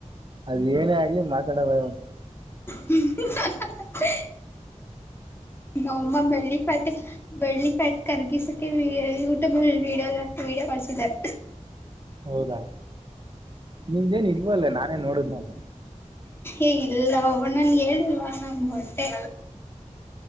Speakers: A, on the right; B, on the left.
A: ಅದ ಏನೇ ಆಗ್ಲಿ ಮಾತಾಡ ಬಂತು
B: ಹ್ಮ ನಮ್ಮ ಬೆಳ್ಳಿ ಪಟ್ಟಿ ಬೆಳ್ಳಿ ಫ್ಯಾಟ್ ಕರ್ಗಿಸಕ್ಕೆ ಯೂಟ್ಯೂಬ್ ಅಲ್ಲಿ ವೀಡಿಯೋ ವೀಡಿಯೋ ಕಸಿದ್ದಾರೆ
A: ಹೌದಾ ನಿಮ್ದೇನ್ ಇಲ್ವಲ್ಲೇ ನಾನೇನ್ ನೋಡ ಅದ
B: ಏ ಇಲ್ಲ ನನ್ ಹೇಳಿಲ್ಲ ನ ಹೊಟ್ಟೆ